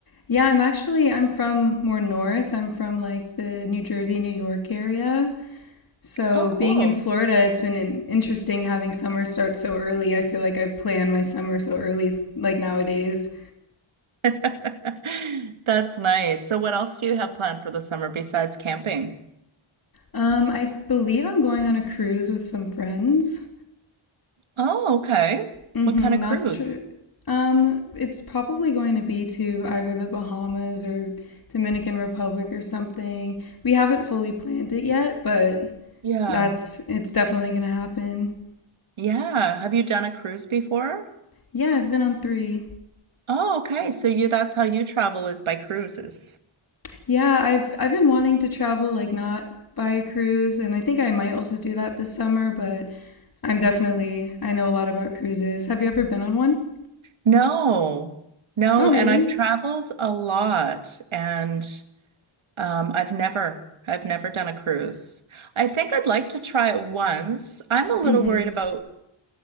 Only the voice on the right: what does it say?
Oh, cool.
<laughs> That's nice. So what else do you have planned for the summer besides camping?
Oh, okay.
What kind of
cruise?
Yeah.
Yeah. Have you done a cruise before?
Oh, okay. So you that's how you travel is by cruises.
No, no,
and I've traveled a lot and um, I've never I've never done a cruise. I think I'd like to try it once. I'm a little
worried about